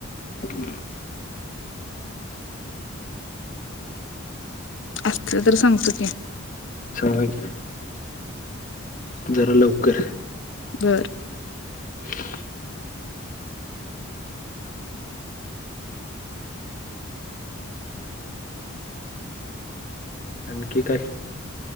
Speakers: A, on the left (about 35°); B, on the left (about 60°).
A: हुं
B: असल तर सांगतो की
A: सांगा की जरा लवकर
B: बर
A: <inaudible> आणखी काय